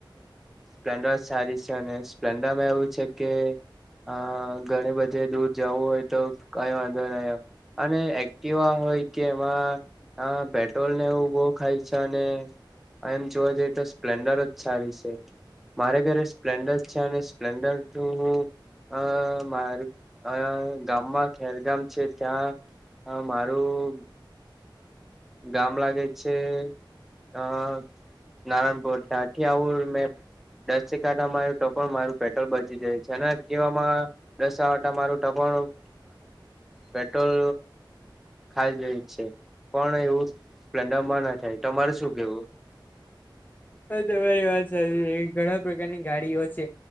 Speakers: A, in the centre; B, on the left.
A: સ્પ્લેન્ડર સારી છે અને સ્પ્લેન્ડરમાં એવું છે કે હા ઘણી બધે દૂર જવું હોય તો કઈ વાંધો નહી. અને એક્ટિવા હોય કે એમાં પેટ્રોલ ને એવું બવ ખાય છે. અને એમ જોવા જઈએ તો સ્પ્લેન્ડર જ સારી છે. મારે ઘરે સ્પ્લેન્ડર છે અને સ્પ્લેન્ડર તો હું અ મારે અ ગામમાં ખેર ગામ છે ત્યાં. હ મારું ગામ લાગે છે. અ નારણપુર તા થી આવું મેં દસ એક આટા મારૂ તો પણ મારું પેટ્રોલ બચી જાય છે અને એકટીવા માં દસ આટા મારુ તો પણ પેટ્રોલ ખાઈ જઈ છે પણ એવું પ્લન્ડરમાં ના થાય. તમારે શું કેવું?
B: હવે તમારી વાત સારી છે ઘણા પ્રકારની ગાડીઓ છે